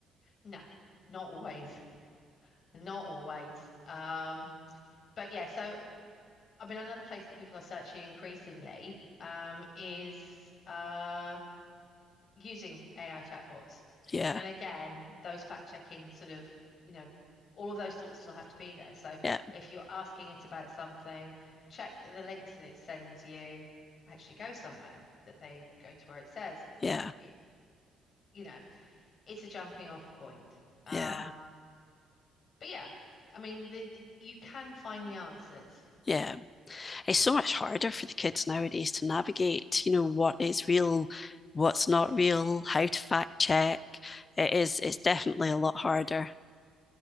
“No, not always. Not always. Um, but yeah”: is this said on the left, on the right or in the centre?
Left